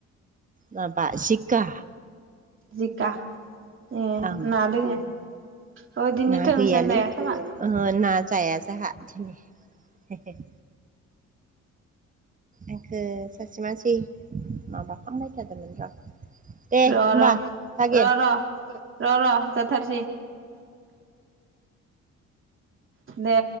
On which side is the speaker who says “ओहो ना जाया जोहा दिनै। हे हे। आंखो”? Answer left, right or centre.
Right